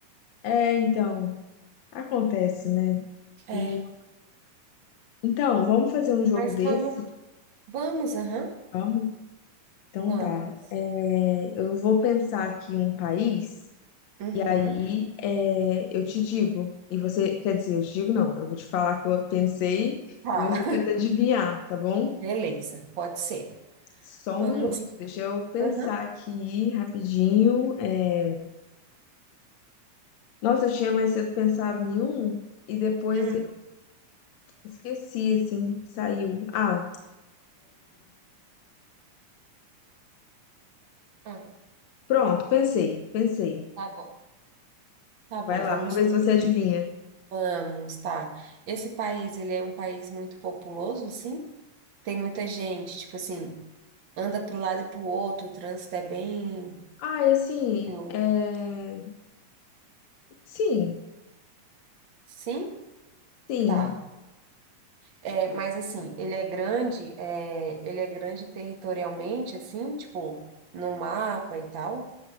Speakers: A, on the left (about 65°); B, on the right (about 40°).
A: É, então, acontece, né?
B: É,
A: E então, vamos fazer um jogo
B: mas
A: desse?
B: vamos, vamos, aham,
A: Vamos? Então
B: vamos.
A: tá. É, eu vou pensar aqui um país
B: Uhum.
A: e aí é, eu te digo. E você, quer dizer, eu te digo não, eu vou te falar que eu pensei
B: Tá,
A: e você
B: <laughs>
A: tenta adivinhar, tá bom?
B: beleza, pode ser.
A: Só
B: Vamos,
A: um minuto, deixa eu pensar
B: aham.
A: aqui rapidinho. É, Nossa, eu tinha mais cedo pensado em um e depois
B: Hum,
A: eu esqueci, assim, saiu. Ah,
B: ah,
A: pronto, pensei, pensei.
B: tá bom, tá bom,
A: Vai lá,
B: vamos,
A: vamos ver se você adivinha.
B: vamos, tá. Esse país, ele é um país muito populoso, sim? Tem muita gente, tipo assim, anda pro lado e pro outro, o trânsito é bem
A: Ah, e assim,
B: louco.
A: é... sim,
B: Sim?
A: sim.
B: Tá. É, mas assim, ele é grande, é, ele é grande territorialmente, assim, tipo, no mapa e tal?